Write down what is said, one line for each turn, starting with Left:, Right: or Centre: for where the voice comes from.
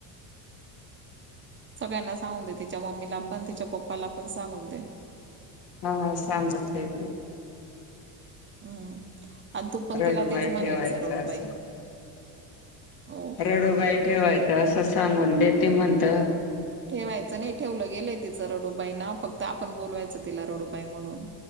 Right: सगळ्यांना सांगून दे तिच्यां मम्मीला पणं तिच्यां पप्पांला पणं सांगून दे
Left: हां सांग दे
Right: हम्मं आणि तूं पणं
Left: रडूबाई
Right: तिला तेचं म्हणायचं
Left: ठेवायचं
Right: रडूंबाई
Left: असं
Right: हो
Left: रडूं बाई ठेवायचं असं सांगून देते म्हणतं
Right: ठेवायचं नाहीं ठेवलं गेलंय तिचं रडूंबाई नांव फक्तं आपणं बोलवायचं तिलां रडूंबाई म्हणूंन